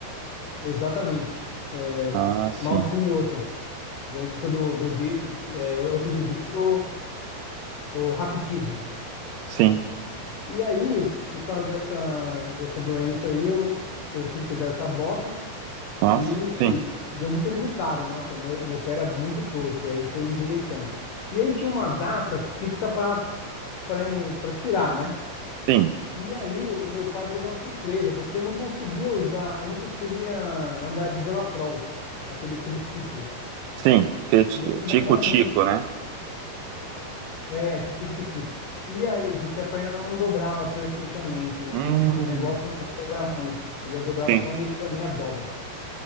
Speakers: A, on the left (about 70°); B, on the right (about 85°).
A: Exatamente. É,
B: Ah, sim.
A: mal de Simioto, doença do, do vi- é, osso de vidro, o raquitismo.
B: Sim.
A: E aí, por causa dessa, dessa doença aí, eu, eu tive que usar essa bota
B: Nossa.
A: e
B: Sim,
A: deu muito resultado. Nossa, meu, meu pé era muito torto, e aí foi endireitando. E aí tinha uma data fixa para para tirar, né?
B: sim,
A: E aí o meu pai fez uma surpresa, porque eu não conseguia usar, eu não conseguia andar de Velatrol, aquele triciclo.
B: sim. Que é ti-
A: E eu queria
B: Tico-tico,
A: andar muito.
B: né?
A: É, tipo tico-tico. E aí, porque a perna ela não dobrava perfeitamente, né?
B: Hum,
A: Com o negócio eu não podia dobrar muito, podia dobrar
B: sim,
A: só meia, meia dobra.